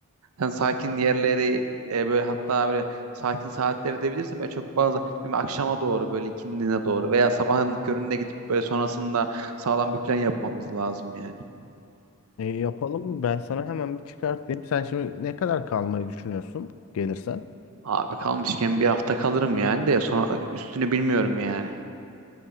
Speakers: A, on the right (about 80°); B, on the left (about 65°).
A: sen sakin yerleri e, böyle hatta böyle sakin saatleri de bilirsin böyle çok fazla bilmiyorum, akşama doğru böyle ikindine doğru veya sabahın köründe gidip böyle sonrasında sağlam bir plan yapmamız lazım yani.
B: E, yapalım. Ben sana hemen bir çıkartayım. Sen şimdi ne kadar kalmayı düşünüyorsun gelirsen?
A: Abi kalmışken bir hafta kalırım yani de sonra üstünü bilmiyorum yani.